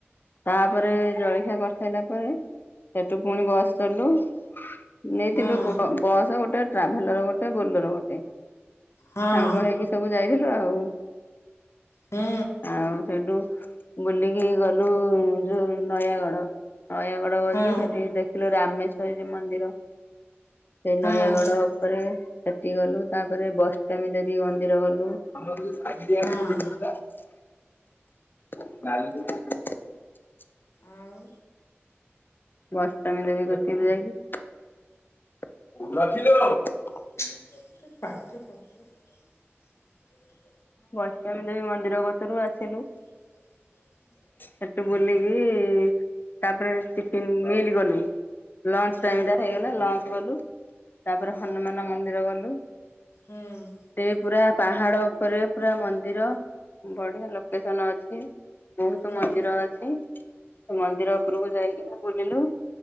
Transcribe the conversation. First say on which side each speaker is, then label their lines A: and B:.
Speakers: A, on the left (about 50°); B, on the left (about 75°).
A: ତାପରେ ଜଳଖିଆ କରିସାରିଲା ପରେ ସେଠୁ ପୁଣି ବସ୍ ଚଳିଲୁ। ନେଇଥିଲୁ
B: ହଁ
A: ବସ୍ ଗୋଟେ, ଟ୍ରାଭେଲର ଗୋଟେ, ବୋଲର ଗୋଟେ
B: ହଁ
A: ସାଙ୍ଗ ହେଇକି ସବୁ ଯାଇଥିଲୁ ଆଉ,
B: ହୁଁ
A: ଆଉ ସେଠୁ ବୁଲିକି ଗଲୁ ଯୋଉ ନୟାଗଡ, ନୟାଗଡ ଗଲୁ
B: ହଁ
A: ଯେ ସେଠି ଦେଖ ଥିଲ ରାମେଶ୍ଵରୀ ମନ୍ଦିର ସେ ନୟାଗଡ
B: ହଁ
A: ଉପରେ ସେଠି ଗଲୁ ତାପରେ ବୈଷ୍ଣବିଦେବୀ ମନ୍ଦିର ଗଲୁ। <unintelligible>
B: ହଁ
A: <unintelligible>
B: ଆଉ
A: ବୈଷ୍ଣବି ଦେବୀ ଗତି <unintelligible> ଯାଇକି <unintelligible>
B: <unintelligible>
A: ବଇଷ୍ଟବିଦେବୀ ମନ୍ଦିର ଗତରୁ ଆସିଲୁ।
B: ହ ହ <unintelligible>
A: ସେଠୁ ବୁଲିକି ତାପରେ ଟିଫିନ ମିଲି କଲୁ। ଲଞ୍ଚ
B: ହଁ
A: ଟାଇମ ଟା ହେଇଗଲା, ଲଞ୍ଚ କଲୁ, ତାପରେ ହନୁମାନ ମନ୍ଦିର ଗଲୁ।
B: ହୁଁ ହଁ
A: ସେ ପୁରା ପାହାଡ ଉପରେ ପୁରା ମନ୍ଦିର ବଢିଆ ଲୋକେସନ ଅଛି, ବହୁତ
B: ହଁ
A: ମନ୍ଦିର ଅଛି। ସେ ମନ୍ଦିର ଉପରକୁ ଯାଇକି ନା ବୁଲିଲୁ।